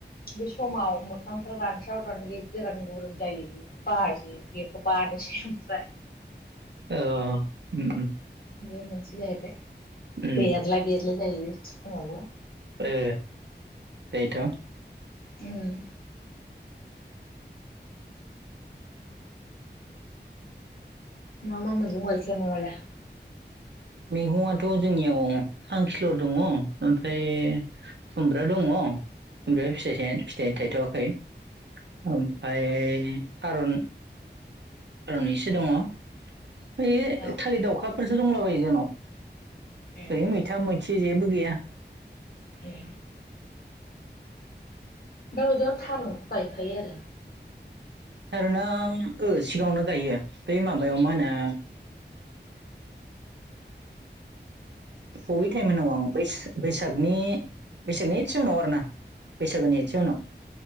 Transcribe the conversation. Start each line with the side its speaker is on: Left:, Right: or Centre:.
Left: बे समाव मोखांफ्रा रानस्राव रानलि गोरान गुरुन जायो बेयाव बाजि बेखौ बानोसै ओमफ्राय
Right: औ उम
Left: बेयो मोनसे जाहैबाय
Right: उम
Left: बेरला बेरलि जायो बे समावबो
Right: ए बेथ'
Left: उम मा मा मैगं गायखो नोंहालाय?
Right: मैगंआथ' जोंनियाव सांखिलर' दङ ओमफ्राय खुमब्रा दङ ओमफ्राय फिथाइ थायनाय फिथाइ थाइथ'आखै ओमफाय थारुन ओं इसे
Left: ए
Right: दङ ओइ
Left: औ
Right: थालिर दावउखाफोरसो दंलाबायो जोंनाव
Left: ए
Right: ओरैनो मैथा मैथि जेबो गैया।
Left: ए दा बादियाव थारुनखौ गायखायो आरो।
Right: थारुना ओस सिगाङावनो गायो बे माबायाव मा होनो? बबे टाइम उनाव आं बै बैसागनि बैसागनि एदसे उनाव आरोना बैसागोनि एदसे उनाव